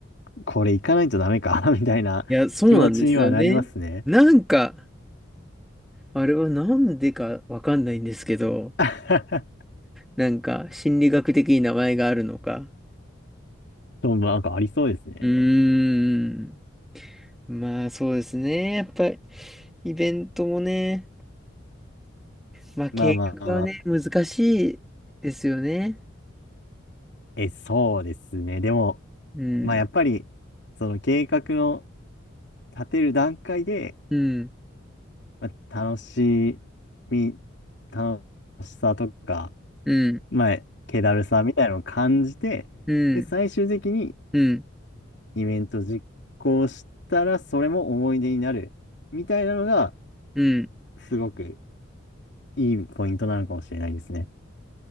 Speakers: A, on the left (about 55°); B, in the centre.
A: これ行かないとダメか、<laughs> みたいな気持ちにはなりますね。
B: いや、そうなんですよね。なんか、あれはなんでかわかんないんですけど、
A: <laughs>
B: なんか心理学的に名前があるのか。
A: そう、まあなんかありそうですね。
B: うーん。まあそうですね。やっぱりイベントもね、まあ計画はね、
A: まあまあまあ。
B: 難しいですよね。
A: え、そうですね。でも、
B: うん。
A: まあやっぱり、その計画の立てる段階で、
B: うん。
A: まあ、楽しみ、楽しさとか、
B: うん。
A: まあ、気だるさみたいなのを感じて、
B: うん。
A: で、最終的に
B: うん。
A: イベント実行したら、それも思い出になる、みたいなのが、
B: うん。
A: すごくいいポイントなのかもしれないですね。